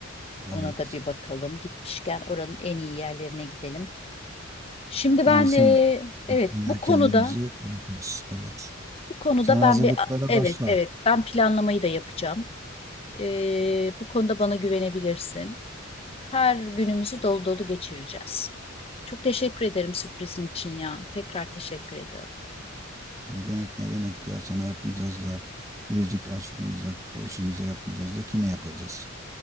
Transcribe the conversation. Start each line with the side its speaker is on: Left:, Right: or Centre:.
Right: Evet.
Left: Ona da bir bakalım. Gitmişken oranın en iyi yerlerine gidelim. Şimdi ben
Right: Dansın
Left: e, evet
Right: ritmine
Left: bu konuda
Right: kendimizi bırakırız. Evet.
Left: bu konuda
Right: Sen
Left: ben
Right: hazırlıklara
Left: bir evet
Right: başla.
Left: evet ben planlamayı da yapacağım. E, bu konuda bana güvenebilirsin. Her günümüzü dolu dolu geçireceğiz. Çok teşekkür ederim sürprizin için ya. Tekrar teşekkür ediyorum.
Right: Ne demek ne demek ya sana yapmayacağız da biricik aşkımıza, eşimize yapmayacağız da kime yapacağız?